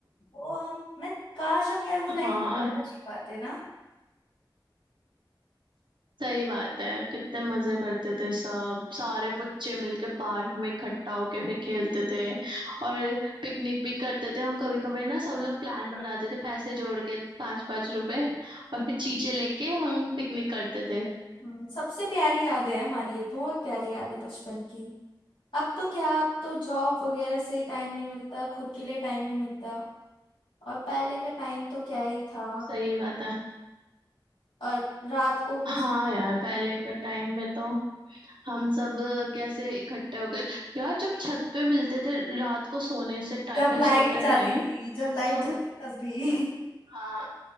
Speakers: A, on the left (about 85°); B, on the right (about 70°).
A: वो हम मैं काश हम यार वो लाइफ
B: हाँ
A: दोबारा जी पाते ना
B: सही बात है कितने मजे करते थे सब सारे बच्चे मिलके पार्क में इकट्ठा होके फिर खेलते थे और पिकनिक भी करते थे हम कभी कभी ना सब लोग प्लान बनाते थे पैसे जोड़ के पांच पांच रुपए और फिर चीजें लेके हम पिकनिक करते थे
A: हम्म, सबसे प्यारी याद है हमारी ये बहुत प्यारी याद है बचपन की अब तो क्या अब तो जॉब वगैरह से ही टाइम नहीं मिलता खुद के लिए टाइम नहीं मिलता और पहले का टाइम तो क्या ही था
B: सही बात है
A: और रात को भी
B: हाँ यार पहले का टाइम में तो हम सब कैसे इकट्ठे हो गए यार जब छत पे मिलते थे रात को सोने से टा,
A: जब लाइट
B: सोते
A: जाती
B: टाइम
A: थी जब लाइट
B: तब
A: जाती तब भी
B: हाँ